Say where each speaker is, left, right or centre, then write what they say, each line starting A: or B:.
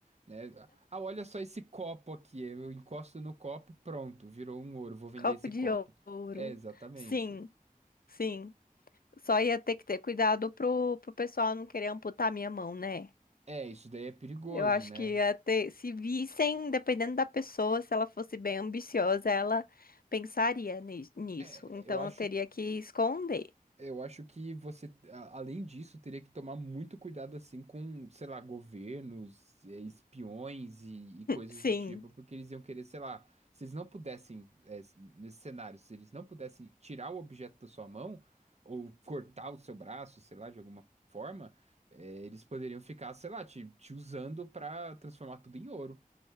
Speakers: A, on the right; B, on the left.
A: né? Ah, olha só esse copo aqui. Eu encosto no copo, pronto, virou um ouro. Vou vender
B: copo
A: esse
B: de
A: copo.
B: ouro.
A: É, exatamente.
B: Sim, sim. Só ia ter que ter cuidado pro, pro pessoal não querer amputar minha mão, né?
A: É, isso daí é perigoso,
B: Eu acho
A: né?
B: que ia ter, se vissem, dependendo da pessoa, se ela fosse bem ambiciosa, ela pensaria ni- nisso.
A: É,
B: Então
A: eu acho
B: eu teria que esconder.
A: Eu acho que você, a- além disso, teria que tomar muito cuidado assim com, sei lá, governos, eh, espiões e, e coisas
B: Sim,
A: do tipo, porque eles iam querer, sei lá, se eles não pudessem, eh, s- nesse cenário, se eles não pudessem tirar o objeto da sua mão ou cortar o seu braço, sei lá, de alguma forma, eh, eles poderiam ficar, sei lá, te, te usando pra transformar tudo em ouro.